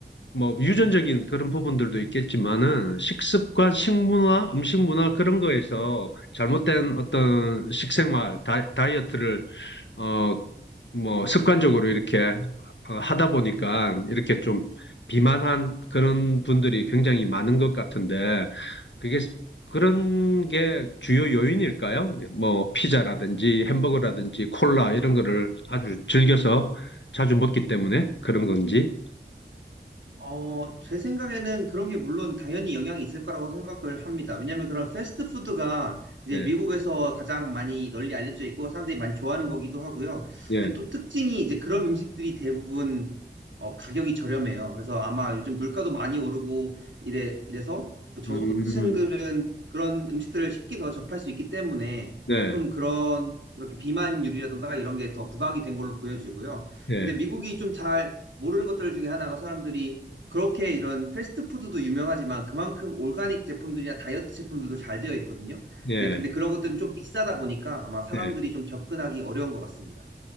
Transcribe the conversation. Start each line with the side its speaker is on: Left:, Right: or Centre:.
Left: 뭐 유전적인 그런 부분들도 있겠지만은 식습관, 식문화, 음식 문화 그런 거에서 잘못된 어떤 식생활, 다, 다이어트를 어, 뭐, 습관적으로 이렇게 어, 하다 보니까 이렇게 좀 비만한 그런 분들이 굉장히 많은 것 같은데, 그게, 스- 그런 게 주요 요인일까요? 뭐, 피자라든지 햄버거라든지 콜라 이런 거를 아주 즐겨서 자주 먹기 때문에 그런 건지.
Right: 어, 제 생각에는 그런 게 물론 당연히 영향이 있을 거라고 생각을 합니다. 왜냐하면 그런 패스트푸드가 이제
Left: 네,
Right: 미국에서 가장 많이 널리 알려져 있고 사람들이 많이 좋아하는 거기도 하고요.
Left: 예,
Right: 근데 또 특징이 이제 그런 음식들이 대부분 어, 가격이 저렴해요. 그래서 아마 요즘 물가도 많이 오르고 이래, 이래서 그 저소득층들은
Left: 음,
Right: 그런 음식들을 쉽게 더 접할 수 있기 때문에
Left: 네,
Right: 조금 그런 그렇게 비만율이라든가 이런 게 더 부각이 된 걸로 보여지고요.
Left: 예,
Right: 근데 미국이 좀 잘 모르는 것들 중에 하나가 사람들이 그렇게 이런 패스트푸드도 유명하지만 그만큼 올가닉 제품들이나 다이어트 제품들도 잘 되어 있거든요.
Left: 예,
Right: 근데 근데 그런 것들은 좀 비싸다 보니까 아마 사람들이
Left: 예.
Right: 좀 접근하기 어려운 것 같습니다.